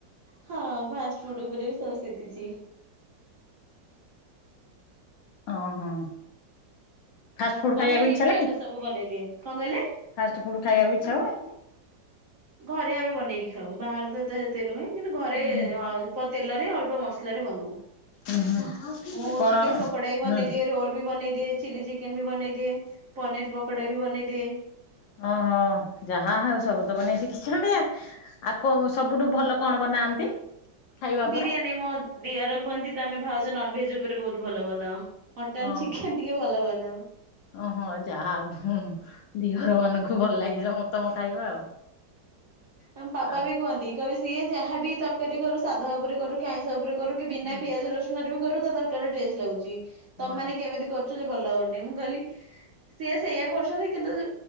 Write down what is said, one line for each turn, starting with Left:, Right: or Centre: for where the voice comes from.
Right: ହଁ ଫାଷ୍ଟଫୁଡ ଉପରେ ବି ସବୁ ଶିଖିଚି।
Left: ଅହଁ
Right: ମୁଁ
Left: ଫାଷ୍ଟଫୁଡ
Right: ବନେଇ
Left: ଖାଇବାକୁ
Right: ଦିଏ
Left: ଇଚ୍ଛା
Right: ପ୍ରାୟତଃ
Left: ଲାଗେ?
Right: ସବୁ ବନେଇ ଦିଏ କଣ କହିଲେ?
Left: ଫାଷ୍ଟଫୁଡ ଖାଇବାକୁ ଇଚ୍ଛା ହୁଏ?
Right: ଘରେ ଆମେ ବନେଇକି ଖାଉ ବାହାରେ ତ ଏତେ ହେତେ ନୁହେଁ କିନ୍ତୁ ଘରେ
Left: ହୁଁ
Right: ଅଲ୍
Left: ହୁଁ
Right: ଅଳ୍ପ ତେଲରେ ଅଳ୍ପ ମସଲାରେ ବନୋଉ।
Left: ହୁଁ ହୁଁ
Right: ମୁଁ
Left: କଣ
Right: ଚିକେନ ପକଡା ବି ବନେଇଦିଏ,
Left: ହୁଁ
Right: ରୋଲ ବି ବନେଇ ଦିଏ। ଚିଲି ଚିକେନ ବି ବନେଇଦିଏ, ପନିର ପକଡ଼ା ବି ବନେଇ ଦିଏ।
Left: ଓହୋ ଯାହା ହେଉ ସବୁ ତ ବନେଇ ଶିଖିଛନ୍ତି ଆ। ଆଉ କୋଉ ସବୁଠୁ ଭଲ କଣ ବନାନ୍ତି? ଖାଇବା ଉପରେ?
Right: ବିରିୟାନୀ ମୋ ଦିଅର କୁହନ୍ତି ତମେ ଭାଉଜ ନନଭେଜ ଉପରେ ବୋହୁତ ଭଲ ବନାଅ ମଟନ,
Left: ହଁ
Right: ଚିକେ ଟିକେ ଭଲ ବନାଉ।
Left: ଓହୋ ଯାହା ହୁଁ ଦିଅରମାନଙ୍କୁ ଭଲ ଲାଗେ ସମ ତମ ଖାଇବା ଆଉ।
Right: ଆମ ପାପା
Left: ଆଉ
Right: ବି କୁହନ୍ତି କହିବେ ସିଏ ଯାହାବି ତରକାରୀ କରୁ ସାଧା ଓପରେ କରୁ ଆଇଁଷ ଓପରେ କରୁ କି ବିନା
Left: ହୁଁ
Right: ପିଆଜ ରସୁଣରେ ବି କରୁ ତା ତରକାରୀଟା ଟେଷ୍ଟ ଲାଗୁଚି
Left: ହଁ
Right: ତମେମାନେ କେମିତି କରୁଚ ଯେ ଭଲ ଲାଗୁ ନି ମୁଁ କହିଲି ସିଏ ସେୟା କରୁଛନ୍ତି କିନ୍ତୁ